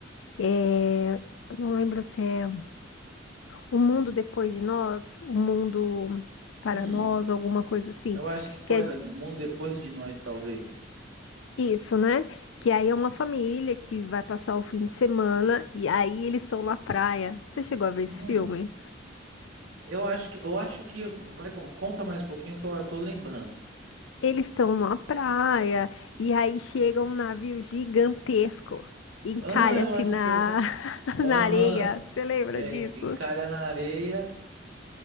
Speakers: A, on the left; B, on the right.
A: É, eu não lembro se é O Mundo Depois de Nós, O Mundo para
B: hum.
A: Nós, alguma coisa assim.
B: Eu acho que pode.
A: Que é
B: Mundo depois de nós, talvez.
A: isso, né? Que aí é uma família que vai passar o fim de semana e aí eles estão na praia. Você chegou a ver
B: Hum.
A: esse filme?
B: Eu acho que. Eu acho que. Vai, con- conta mais um pouquinho que eu tô lembrando.
A: Eles estão numa praia e aí chega um navio gigantesco, encalha-se
B: Ah, eu acho
A: na,
B: que eu.
A: <laughs>
B: Aham.
A: na areia. Você lembra
B: É,
A: disso?
B: encalha na areia.